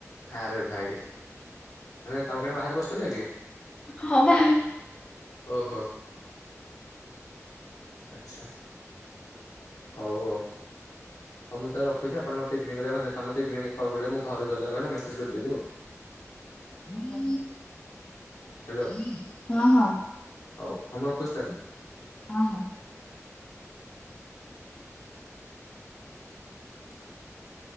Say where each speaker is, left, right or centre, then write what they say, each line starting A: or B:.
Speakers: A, on the left; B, on the left.
A: ଆଁରେ ଭାଇ ମାନେ ତମେ କେଣେ ବାହାରେ ବସିଥିଲ କି
B: ହଁ ବା
A: ଓହୋ। ଆଛା ହଉ ଆଉ ହଉ ମୁଁ ତାହେଲେ ରଖୁଛି ଆପଣ ମତେ ଇଭିନିଗ ରେ ମାନେ ତେମେ ଇଭିନିଗ କଲ କରିବ ମୁଁ ଘକୁ ଗଲେ ଆଉ ମେସେଜ କରିଦେବି ଆଉ।
B: ହଁ
A: ହ୍ୟାଲୋ
B: <unintelligible> ହଁ ହଁ।
A: ହଉ ହଉ ମୁଁ ରଖୁଚି ତାହେଲେ।
B: ଅ ହ।
A: <unintelligible>